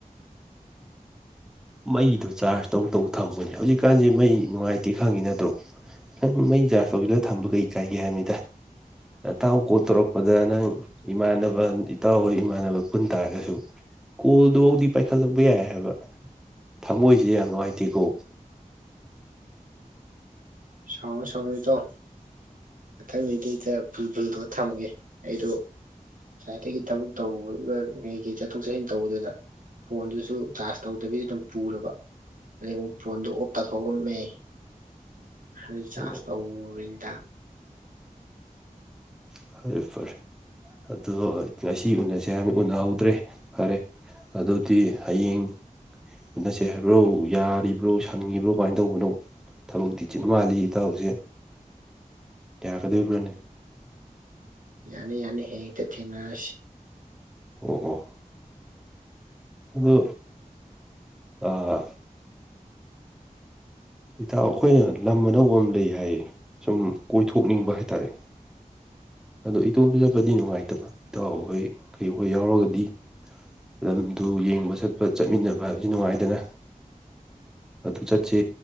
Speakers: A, in the centre; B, on the right.
A: ꯃꯩꯗꯣ ꯆꯥꯔꯖ ꯇꯧ ꯇꯧ ꯊꯝꯃꯨꯅꯦ ꯍꯧꯖꯤꯛꯀꯥꯟꯁꯦ ꯃꯩ ꯅꯨꯡꯉꯥꯏꯇꯦ ꯈꯪꯉꯤ ꯅꯠꯇ꯭ꯔꯣ ꯐꯣꯟꯗꯨ ꯃꯩ ꯆꯥꯔꯖ ꯇꯧꯁꯤꯜꯂ ꯊꯝꯕ ꯀꯩ ꯀꯥꯏꯒꯦ ꯍꯥꯏꯕꯅꯤꯗ ꯅꯇꯥꯎ ꯀꯣꯜ ꯇꯧꯔꯛꯄꯗ ꯅꯪ ꯏꯃꯥꯟꯅꯕ ꯏꯇꯥꯎ ꯍꯣꯏ ꯏꯃꯥꯟꯅꯕ ꯄꯨꯟ ꯇꯥꯔꯒꯁꯨ ꯀꯣꯜꯗꯨ ꯐꯧꯗꯤ ꯄꯥꯏꯈꯠꯂꯛꯄ ꯌꯥꯏ ꯍꯥꯏꯕ ꯊꯃꯣꯏꯁꯦ ꯌꯥꯝ ꯅꯨꯡꯉꯥꯏꯇꯦꯀꯣ
B: ꯁꯥꯎꯅꯨ ꯁꯥꯎꯅꯨ ꯏꯇꯥꯎ ꯃꯊꯪꯗꯩꯗꯤ ꯑꯩ <unintelligible> ꯐꯨꯜ ꯐꯨꯜ ꯇꯧꯔ ꯊꯝꯃꯒꯦ ꯑꯩꯗꯣ ꯉꯁꯥꯏꯗꯒꯤ ꯊꯕꯛ ꯇꯧꯔꯨꯕꯗꯨꯗ ꯀꯩ ꯀꯩ ꯆꯠꯊꯣꯛ ꯆꯠꯁꯤꯟ ꯇꯧꯕꯗꯨꯗ ꯐꯣꯟꯗꯨꯁꯨ ꯆꯥꯔꯖ ꯇꯧꯗꯕꯤ ꯑꯗꯨꯝ ꯄꯨꯔꯕ ꯑꯗꯩ ꯑꯃꯨꯛ ꯐꯣꯟꯗꯣ ꯑꯣꯞ ꯇꯥꯊꯣꯛ ꯑꯝꯃꯦ <unintelligible> ꯆꯥꯔꯆ
A: ꯑꯣ
B: ꯇꯧꯔꯨ <unintelligible>
A: ꯐꯔꯦ ꯐꯔꯦ ꯑꯗꯣ ꯉꯁꯤ ꯎꯅꯁꯦ ꯍꯥꯏꯕꯅꯦ ꯎꯅꯍꯧꯗ꯭ꯔꯦ ꯐꯔꯦ ꯑꯗꯩꯗꯤ ꯍꯌꯦꯡ ꯎꯅꯁꯦ ꯍꯥꯏꯕ꯭ꯔꯣ ꯌꯥꯔꯤꯕ꯭ꯔꯣ ꯁꯥꯡꯉꯤꯕ꯭ꯔꯣ ꯀꯃꯥꯏꯅ ꯇꯧꯕꯅꯣ ꯊꯕꯛꯇꯤ ꯆꯤꯟ ꯃꯥꯜꯂꯤꯍꯦ ꯏꯇꯥꯎꯁꯦ ꯌꯥꯔꯛꯀꯗꯧꯔꯤꯕ꯭ꯔꯣꯅꯦ
B: ꯌꯥꯅꯤ ꯌꯥꯅꯤ ꯍꯌꯦꯛ ꯍꯦꯛꯇ ꯊꯦꯡꯅꯔꯁꯤ
A: ꯑꯣ ꯑꯣ ꯑꯗꯣ ꯑꯥ ꯏꯇꯥꯎ ꯑꯩꯈꯣꯏꯅ ꯂꯝ ꯑꯅꯧꯕ ꯑꯃ ꯂꯩ ꯍꯥꯏꯌꯦ ꯁꯨꯝ ꯀꯣꯏꯊꯣꯛꯅꯤꯡꯕ ꯍꯥꯏꯇꯥꯔꯦ ꯑꯗꯣ ꯏꯇꯣꯝꯇ ꯆꯠꯄꯗꯤ ꯅꯨꯡꯉꯥꯏꯇꯕ ꯏꯇꯥꯎꯍꯣꯏ ꯀꯩꯍꯣꯏ ꯌꯥꯎꯔꯒꯗꯤ ꯂꯝꯗꯨ ꯌꯦꯡꯕ ꯆꯠꯄ ꯆꯠꯃꯤꯟꯅꯕ ꯍꯥꯏꯕꯁꯤ ꯅꯨꯡꯉꯥꯏꯗꯅ ꯑꯗꯨ ꯆꯠꯁꯦ